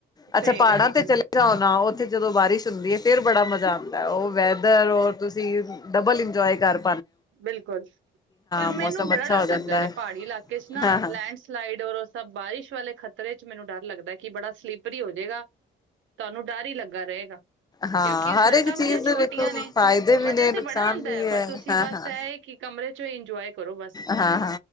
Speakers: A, on the right (about 75°); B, on the left (about 20°).
A: ਸਹੀ
B: ਅੱਛਾ ਪਹਾੜਾਂ
A: ਗੱਲ
B: ਤੇ
A: ਜੀ
B: ਚਲੇ ਜਾਓ ਨਾ ਉੱਥੇ ਜਦੋਂ ਬਾਰਸ਼ ਹੁੰਦੀ ਫੇਰ ਬੜਾ ਮਜ਼ਾ ਆ ਉਹ ਵੈਦਰ ਓਰ ਤੁਸੀਂ ਡਬਲ ਇੰਜੋਏ ਕਰ ਰਹੇ
A: ਬਿਲਕੁਲ ਪਰ
B: ਮੌਸਮ
A: ਮੈਨੂੰ ਬੜਾ
B: ਅੱਛਾ
A: ਡਰ
B: ਹੋ ਜਾਂਦਾ
A: ਲੱਗਦਾ
B: ਹੈ
A: ਪਹਾੜੀ ਇਲਾਕੇ ਚ ਨਾ
B: ਹਾਂ-ਹਾਂ
A: ਲੈਂਡਸਲਾਈਡ ਔਰ ਸ ਬਾਰਿਸ਼ ਵਾਲੇ ਖ਼ਤਰੇ ਚ ਮੈਨੂੰ ਡਰ ਲੱਗਦਾ ਕਿ ਬੜਾ ਸਲੀਪਰੀ ਹੋ ਜਾਏਗਾ ਤੁਹਾਨੂੰ ਡਰ ਹੀ ਲੱਗਾ ਰਹੇਗਾ
B: ਹਾਂ
A: ਕਿਉਂਕਿ ਉਹ
B: ਹਰ
A: ਸੜਕਾਂ
B: ਇੱਕ
A: ਬੜੀਆਂ
B: ਚੀਜ਼ ਦੇ
A: ਛੋਟੀਆਂ
B: ਵੇਖੋ
A: ਨੇ
B: ਫਾਇਦੇ ਵੀ
A: ਮਜ਼ਾ
B: ਨੇ
A: ਤੇ
B: ਨੁਕਸਾਨ
A: ਬੜਾ ਆਉਂਦਾ
B: ਵੀ ਹੈ
A: ਪਰ ਤੁਸੀਂ
B: ਹਾਂ
A: ਬਸ
B: ਹਾਂ
A: ਇਹ ਕਿ ਕਮਰੇ ਚੋਂ ਹੀ ਇੰਜੋਏ ਕਰੋ ਬਸ
B: ਹਾਂ ਹਾਂ